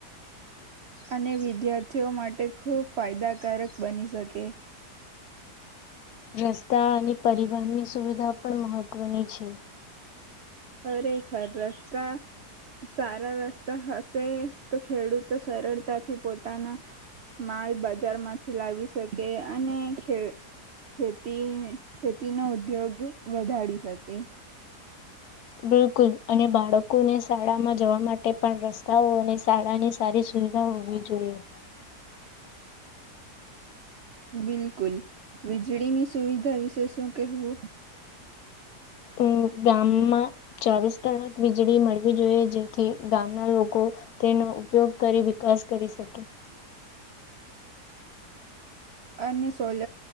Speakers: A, on the right (about 60°); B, on the left (about 70°).
A: અને વિદ્યાર્થીઓ માટે ખૂબ ફાયદાકારક બની શકે
B: રસ્તા અને પરિવહનની સુવિધા પણ મહત્વની છે
A: ખરેખર રસ્તા સારા રસ્તા હશે તો ખેડૂતો સરળતાથી પોતાના માલ બજારમાંથી લાવી શકે અને ખ ખેતી ખેતીનો ઉદ્યોગ વધારી શકે
B: બિલકુલ અને બાળકોને શાળામાં જવા માટે પણ રસ્તાઓ અને શાળાની સારી સુવિધા હોવી જોઈએ
A: બિલકુલ વીજળીની સુવિધા વિશે શું કહેવું
B: હ બ અમ ચોવીસ કલાક વીજળી મળી જોઈએ જેથી ગામના લોકો તેનો ઉપયોગ કરી વિકાસ કરી શકે
A: અને સોલ